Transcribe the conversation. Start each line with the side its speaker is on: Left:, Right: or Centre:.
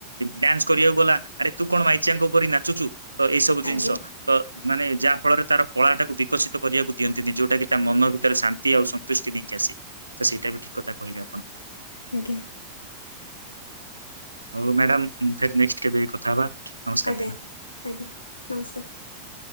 Right: ଡ୍ୟାନ୍ସ କରିବାକୁ ଗଲା ଆରେ ତୁ କଣ ମାଇଚିଆଙ୍କ ପରି ନାଚୁଚୁ ତ ଏଇ ସବୁ ଜିନିଷ
Left: ଆଜ୍ଞା
Right: ତ ମାନେ ଯାହା ଫଳରେ ତାର କଳାଟାକୁ ବିକଶିତ କରିବାକୁ ଦିଅନ୍ତିନି ଯୋଉଟା କି ତା ମନ ଭିତରେ ଶାନ୍ତି ଆଉ ଦୁଷ୍ଟି ନେଇକି ଆସେ ତ ସେଇଟା ବି ଠିକ୍ କଥା କହିଲେ ଆପଣ।
Left: ଆଜ୍ଞା।
Right: ହଉ ମ୍ୟାଡ଼ାମ୍ ଫେ-ନେକ୍ସଟ୍ କେବେ କଥା ହବା? ନମସ୍କାର
Left: ଆଜ୍ଞା
Right: ମ୍ୟାଡାମ।
Left: ଆଜ୍ଞା ନମସ୍କାର।